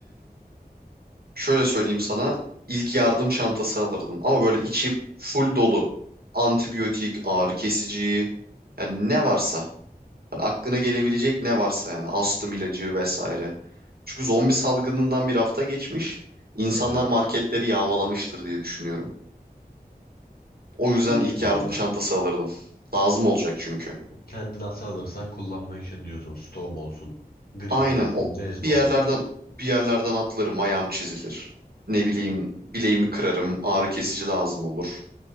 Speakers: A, on the right; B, on the left.
A: şöyle söyleyeyim sana ilk yardım çantası alırdım ama böyle içi full dolu. Antibiyotik, ağrı kesici yani ne varsa. Hani aklına gelebilecek ne varsa yani astım ilacı vesaire. Çünkü zombi salgınından bir hafta geçmiş. İnsanlar
B: Evet.
A: marketleri yağmalamıştır diye düşünüyorum. O yüzden
B: Büyük
A: ilk
B: ihtimalle.
A: yardım çantası alırdım. Lazım olacak çünkü.
B: Kendin hastalanırsan kullanmak için diyorsun. Stoğum olsun. Grip
A: Aynen
B: olursun.
A: o
B: Nezle
A: bir
B: olursun.
A: yerlerden bir yerlerden atlarım, ayağım çizilir. Ne bileyim bileğimi kırarım, ağrı kesici lazım olur.